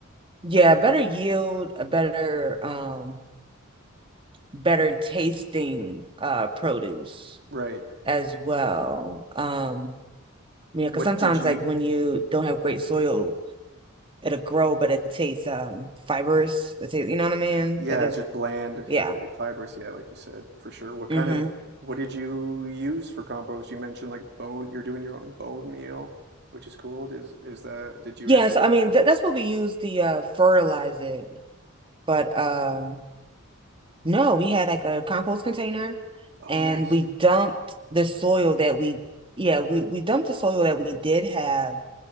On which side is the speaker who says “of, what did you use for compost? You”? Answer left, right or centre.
Right